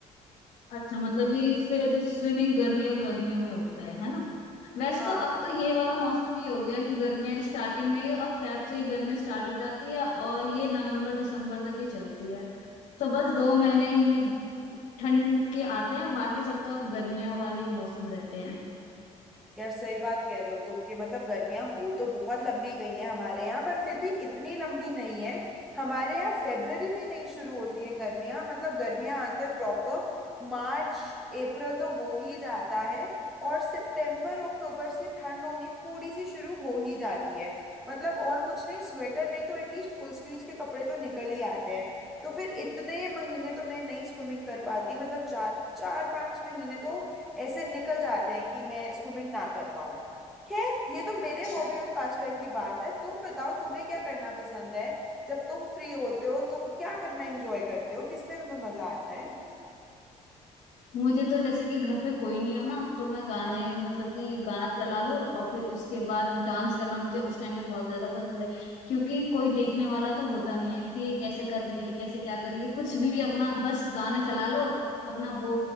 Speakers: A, on the left; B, in the centre.
A: अच्छा मतलब कि फिर स्विमिंग गर्मियों गर्मियों में होता है है ना वैसे
B: हाँ
A: तो अब तो ये वाला मौसम ही हो गया कि गर्मियां स्टार्टिंग में ही अब फेब से ही गर्मी स्टार्ट हो जाती है और ये नवंबर दिसंबर तक ही चलती है तो बस दो महीने ही ठंड के आते हैं बाकी सब तो अब गर्मियों वाले ही मौसम रहते हैं
B: यार सही बात कह रहे हो तुम कि मतलब गर्मियां हो तो बहुत लंबी गई हैं हमारे यहाँ पर फिर भी इतनी लंबी नहीं है हमारे यहाँ फेब्रवरी में नहीं शुरू होती हैं गर्मियां मतलब गर्मियां आते प्रॉपर मार्च अप्रैल तो हो ही जाता है और सितंबर अक्टूबर से ठंड होनी थोड़ी सी शुरू हो ही जाती है मतलब और कुछ नहीं स्वेटर नहीं तो एटलीस्ट फुल स्लीव्स के कपड़े तो निकल ही आते हैं तो फिर इतने महीने तो मैं नहीं स्विमिंग कर पाती मतलब चार चार पांच महीने तो ऐसे निकल जाते हैं कि मैं स्विमिंग ना कर पाऊँ खैर ये तो मेरे
A: अच्छा
B: हॉबी और पास टाइम की बात है तुम बताओ तुम्हें क्या करना पसंद है जब तुम फ्री होते हो तुम क्या करना एंजॉय करते हो किसमें तुम्हें मजा आता है
A: मुझे तो जैसे कि घर पे कोई नहीं हो ना तो मैं गाने
B: हाँ
A: मतलब कि गाना चला लो और फिर उसके बाद डांस करना मुझे उस टाइम पे बहुत ज्यादा पसंद है क्योंकि कोई देखने वाला तो होता नहीं है कि ये कैसे कर रही है कैसे क्या कर रही है कुछ भी अपना बस गाने चला लो अपना वो